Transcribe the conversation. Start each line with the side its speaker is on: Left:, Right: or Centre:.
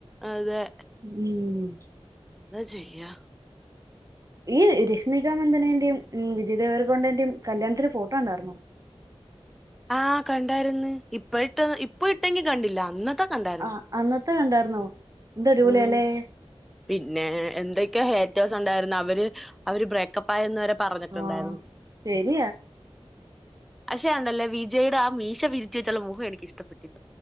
Centre: അതെ
Right: ഉം
Centre: എന്താ ചെയ്യാ
Right: ഈ രശ്മികാ മന്ദനന്റെയും ഉം വിജയ് ദേവർകോണ്ടന്റെയും കല്യാണത്തിന് ഫോട്ടോ കണ്ടയിരുന്നോ <unintelligible>
Centre: ആഹ് കണ്ടായിരുന്നു ഇപ്പ ഇട്ട ഇപ്പ ഇട്ടെങ്കി കണ്ടില്ല അന്നത്തെ കണ്ടായിരുന്നു
Right: ആ അന്നത്തെ കണ്ടായിരുന്നോ എന്ത അടിപൊളിയല്ലേ
Centre: ഉം പിന്നെ എന്തൊക്കെയോ ഹെയറ്റേഴ്സ് ഉണ്ടായിരുന്നു അവര് അവര് ബ്രേക്കപ്പ് ആയിെന്ന് വരെ പറഞ്ഞിട്ടുണ്ടായിരുന്നു
Right: ആ ശരിയാ
Centre: പക്ഷേണ്ടല്ലേ വിജയുടെ ആ മീശ പിരിച്ച വെച്ചുള്ള മുഖം എനക്ക് ഇഷ്ടപ്പെട്ടില്ല